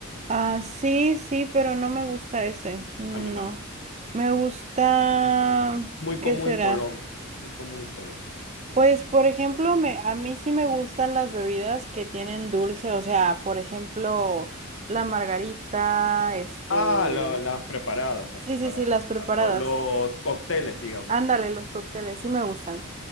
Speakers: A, on the right (about 30°); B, on the left (about 65°).
A: Ah, sí, sí, pero no me gusta ese. No.
B: A mí tampoco.
A: Me gusta...
B: Muy
A: ¿Qué
B: común
A: será?
B: en Colombia. Muy común en Colombia.
A: Pues, por ejemplo, me, a mí sí me gustan las bebidas que tienen dulce, o sea, por ejemplo, la margarita, este...
B: Ah, lo- las preparadas, las
A: Sí,
B: preparadas.
A: sí, sí, las preparadas.
B: Lo- Los, cócteles, digamos.
A: Ándale, los cócteles, sí me gustan.